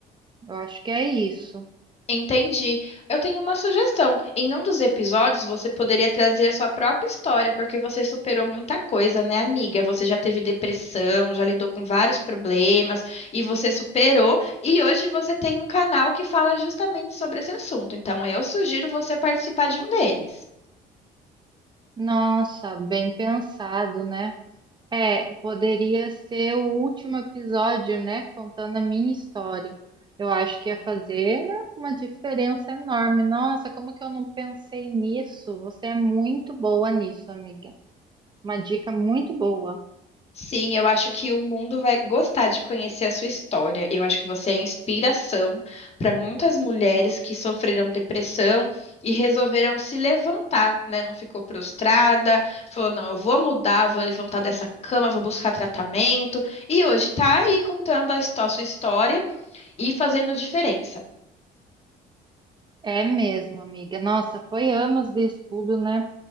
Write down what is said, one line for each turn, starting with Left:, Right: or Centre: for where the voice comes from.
Right: Eu acho que é isso.
Left: Entendi. Eu tenho uma sugestão. Em um dos episódios, você poderia trazer a sua própria história, porque você superou muita coisa, né, amiga? Você já teve depressão, já lidou com vários problemas e você superou. E hoje você tem um canal que fala justamente sobre esse assunto. Então, eu sugiro você participar de um deles.
Right: Nossa, bem pensado, né? É, poderia ser o último episódio, né? Contando a minha história. Eu acho que ia fazer uma diferença enorme. Nossa, como que eu não pensei nisso? Você é muito boa nisso, amiga. Uma dica muito boa.
Left: Sim, eu acho que o mundo vai gostar de conhecer a sua história. Eu acho que você é inspiração para muitas mulheres que sofreram depressão e resolveram se levantar, né? Não ficou prostrada, falou: não, eu vou mudar, vou levantar dessa cama, vou buscar tratamento. E hoje tá aí contando a histó- sua história e fazendo diferença.
Right: É mesmo, amiga. Nossa, foi anos de estudo, né?